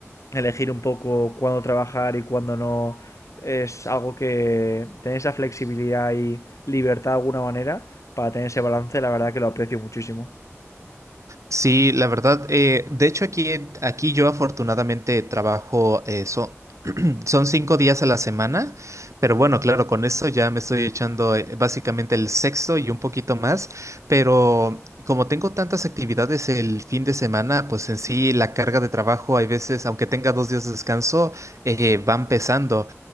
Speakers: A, on the left; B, on the right.
A: elegir un poco cuándo trabajar y cuándo no es algo que tener esa flexibilidad y libertad de alguna manera para tener ese balance, la verdad que lo aprecio muchísimo.
B: Sí, la verdad, eh, de hecho aquí, aquí yo afortunadamente trabajo eso. <clears throat> Son cinco días a la semana, pero bueno, claro, con eso ya me estoy echando eh, básicamente el sexto y un poquito más, pero como tengo tantas actividades el fin de semana, pues en sí la carga de trabajo hay veces, aunque tenga dos días de descanso, eh, van pesando.